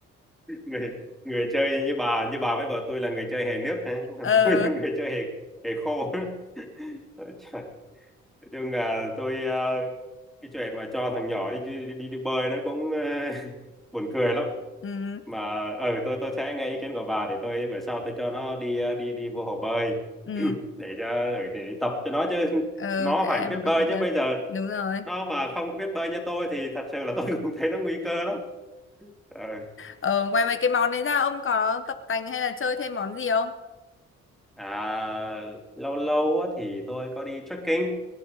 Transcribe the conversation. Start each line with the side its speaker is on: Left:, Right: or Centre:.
Centre: người người chơi như bà như bà với vợ tôi là người chơi hề nước đấy
Left: ờ
Centre: còn tôi là người chơi hề hề khô <laughs> Trời. chung là tôi ờ, cái chuyện mà cho thằng nhỏ đi đi, đi, đi bơi nó cũng ờ, <laughs> buồn cười lắm
Left: ừ
Centre: mà ờ tôi tôi sẽ nghe ý kiến của bà để tôi bữa sau tôi cho nó đi ờ, đi đi vô hồ bơi
Left: ừ
Centre: <clears throat> để cho để, để tập cho nó chứ
Left: ờ
Centre: nó
Left: cả
Centre: phải
Left: em
Centre: biết
Left: và các
Centre: bơi
Left: cục
Centre: chứ
Left: ta
Centre: bây giờ
Left: đúng rồi
Centre: nó mà không có biết bơi như tôi thì thật sự là tôi <laughs> cũng thấy nó nguy cơ lắm Ờ.
Left: ờ ngoài mấy cái món đấy ra ông có tập tành hay là chơi thêm món gì không
Centre: à lâu lâu á thì tôi có đi trekking